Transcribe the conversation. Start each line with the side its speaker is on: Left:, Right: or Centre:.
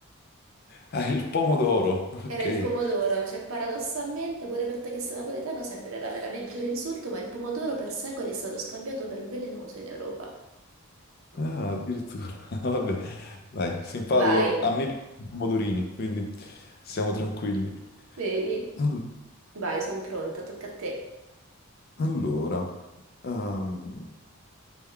Left: Ah, il pomodoro.
Right: Era
Left: Ok.
Right: il pomodoro, cioè paradossalmente pure per te che sei napoletano sembrerà veramente un insulto, ma il pomodoro per secoli è stato scambiato per velenoso in Europa.
Left: Ah, addirittura. <laughs> Vabbè. Dai, simpatico.
Right: Vai,
Left: A me piacciono i pomodorini, quindi siamo tranquilli.
Right: vedi?
Left: All-
Right: Vai, sono pronta, tocca a te.
Left: Allora, ehm,